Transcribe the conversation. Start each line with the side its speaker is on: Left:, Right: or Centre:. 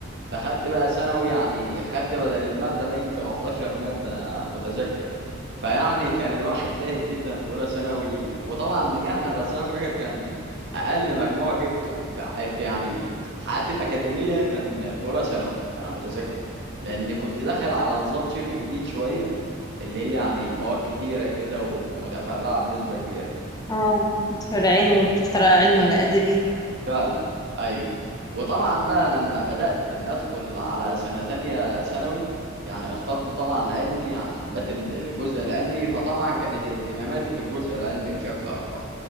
Right: دخلت بقى ثانوي يعني خدت بدل المادة باين كانوا 11 مادة انا متذكر فيعني كان الواحد تايه جدا في اولى ثانوي وطبعا نجحنا بس انا فاكر كان اقل مجموع جبته في ع- في يعني حياتي الاكاديمية كان في اولى ثانوي انا متذكر لان كنت داخل على نظام شبه جديد شوية اللي هي يعني مواد كتيرة كده و- ومتفرعة بنسبة كبيرة
Left: اه متفرعين وتختار علمي ولا ادبي
Right: فعلا ايوه وطبعا بقى لما بدأت ان ادخل على سنة تانية ثانوي يعني اخترت طبعا علمي يعني حبيت إن الجزء العلمي فطبعا كانت اهتماماتي في الجزء العلمي بشكل اكبر